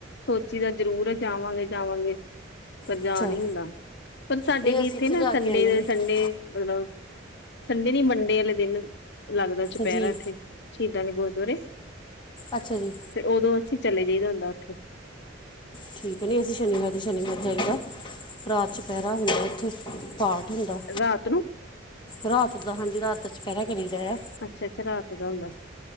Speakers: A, on the left; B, on the left.
A: ਸੋਚੀਦਾ ਜ਼ਰੂਰ ਐ, ਜਾਵਾਂਗੇ-ਜਾਵਾਂਗੇ। ਪਰ ਜਾ
B: ਅੱਛਾ
A: ਨੀ ਹੁੰਦਾ, ਪਰ ਸਾਡੇ
B: ਨਹੀਂ
A: ਵੀ
B: ਅਸੀਂ
A: ਇੱਥੇ ਨਾ
B: ਜਾ
A: ਸੰਡੇ
B: ਕੇ ਆਉਂਦੇ
A: ਦੇ
B: ਨੇ
A: ਸੰਡੇ ਮਤਲਬ ਸੰਡੇ ਨੀ, ਮੰਡੇ ਵਾਲੇ ਦਿਨ ਲੱਗਦਾ ਚੁਪਹਿਰਾ
B: ਜੀ
A: ਇੱਥੇ। ਸ਼ਹੀਦਾਂ ਦੇ ਗੁਰਦੁਆਰੇ
B: ਅੱਛਾ ਜੀ।
A: ਤੇ ਓਹਦੋ ਅਸੀਂ ਚਲੇ ਜਾਈਦਾ ਹੁੰਦਾ, ਉੱਥੇ।
B: ਠੀਕ ਨੀ, ਅਸੀਂ ਸ਼ਨੀਵਾਰ ਦੇ ਸ਼ਨੀਵਾਰ ਜਾਈਦਾ। ਰਾਤ ਚੁਪਹਿਰਾ ਹੁੰਦਾ ਉੱਥੇ, ਪਾਠ ਹੁੰਦਾ।
A: ਰਾਤ ਨੂੰ
B: ਰ੍ਹਾਤ ਦਾ, ਹਾਂਜੀ ਰ੍ਹਾਤ ਦਾ ਚਪਹਿਰਾ ਕਰੀਦਾ ਯਾ।
A: ਅੱਛਾ-ਅੱਛਾ, ਰ੍ਹਾਤ ਦਾ ਹੁੰਦਾ?